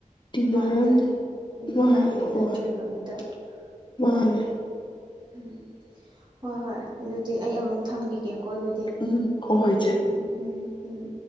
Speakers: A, on the left; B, on the right.
A: ꯇꯤꯡꯅꯔꯝꯅꯤ
B: ꯃꯥꯟꯗ꯭ꯔꯅꯤ
A: ꯃꯥꯅꯦ
B: ꯄ꯭ꯔꯥꯏꯚꯦꯠ
A: ꯍꯣꯏ
B: ꯅꯠꯇ꯭ꯔꯦꯕ ꯃꯤꯠꯇ
A: ꯃꯥꯅꯦ
B: ꯑꯗꯨꯗꯒꯤ ꯎꯝ ꯍꯣꯏ ꯍꯣꯏ ꯑꯗꯨꯗꯤ ꯑꯩ ꯑꯃꯨꯛ ꯊꯝꯈꯤꯒꯦꯀꯣ ꯑꯗꯨꯗꯤ
A: ꯎꯝ ꯍꯣꯏ ꯍꯣꯏ ꯏꯆꯦ
B: ꯎꯝ ꯎꯝ ꯎꯝ ꯎꯝ